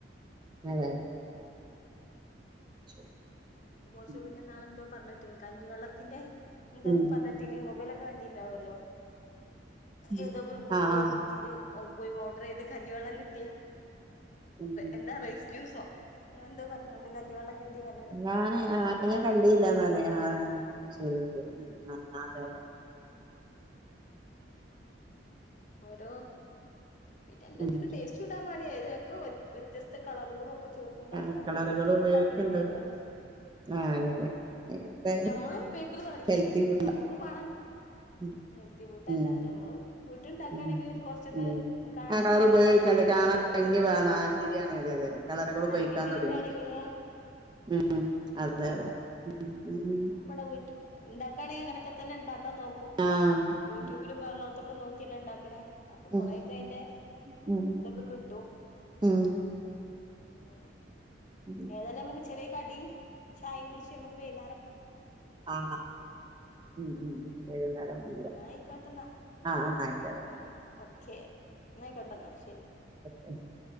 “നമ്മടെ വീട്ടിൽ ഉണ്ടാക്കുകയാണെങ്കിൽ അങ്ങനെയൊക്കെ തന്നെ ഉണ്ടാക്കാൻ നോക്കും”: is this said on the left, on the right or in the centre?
Left